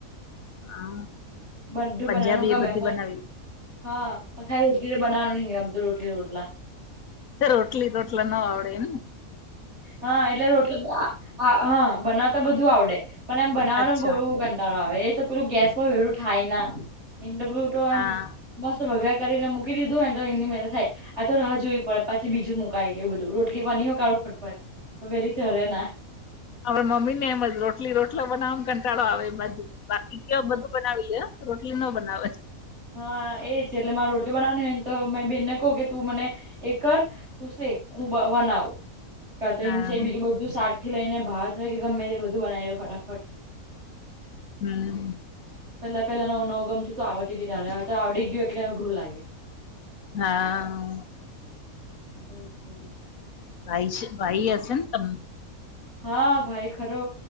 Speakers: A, on the left; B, on the right.
A: હા
B: બધું
A: પંજાબી
B: બનાવાનું ગમે
A: એ બધી
B: પણ
A: બનાવી
B: હા પણ ખરું ટ બનાવાનું રમ તો રોટલી રોટલા
A: રોટલી રોટલા ન આવડે એ મ
B: હા એટલે રોટલે હા બનાવતા બધું આવડે. પણ એમ બનાવવાનું
A: અચ્છા
B: બહુ કંટાળો આવે એ તો બલું ગેસ પર હેડું થાય ના એ બલ તો આમ.
A: હા
B: મસ્ત વગા કરીને મૂકી દીધું હોને તો એની મહેનત થાય. આ તો રાહ જોવી પડે પછી બીજું મુકાય એવ બધું રો એટલી વાની હો કાુખ ફટપત વેલી ચરે ના.
A: આપ મમ્મી ને એમજ રોટલી રોટલો બનાવવા કંટાળો આવે બાજ બાકી
B: ના
A: ક બધું બનાવીએે રોટલી ન બનાવે.
B: હા એજ એટલે મારે રોટલી બનાવાનીને તો મારી બેન ને કહું કે તું મને એ કર. તું શેખ હું બનાવ. તો એની
A: હા
B: બીુંધું શાકથી લઈને બહાર થય કે ગમે તે એ બધું બનાવી લે ફટાફટ.
A: હમ.
B: પેલા પેલા નવુંવું ગમતું તો આવતીટય તો આવડી ગયું એટલે અઘરું લાગે.
A: હા.
B: એ છે.
A: ભાઈ છે ભાઈ આ છે તમે.
B: હા ભાઈ ખરો